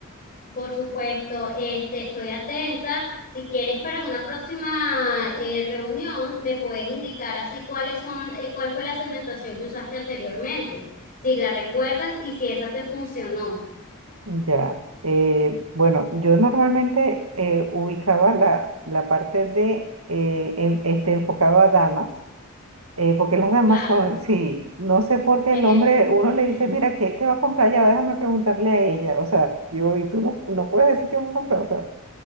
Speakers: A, on the left; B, on the right.
A: Por supuesto, este, estoy atenta. Si quieres para una próxima eh, reunión, me puedes indicar así cuáles son, eh, cuál fue la segmentación que usaste anteriormente, si la recuerdas y si esa te funcionó.
B: Ya. Eh, bueno, yo normalmente eh, ubicaba la, la parte de eh, en- este, enfocado a damas. Eh, porque las damas
A: Claro.
B: son, sí, no sé por qué
A: Es
B: el
A: el,
B: hombre, uno
A: <laughs>
B: le dice, mira, ¿qué, qué va a comprar ya? Déjame preguntarle a ella. O sea, yo, y tú no, no puedes decir qué va a comprar. O sea,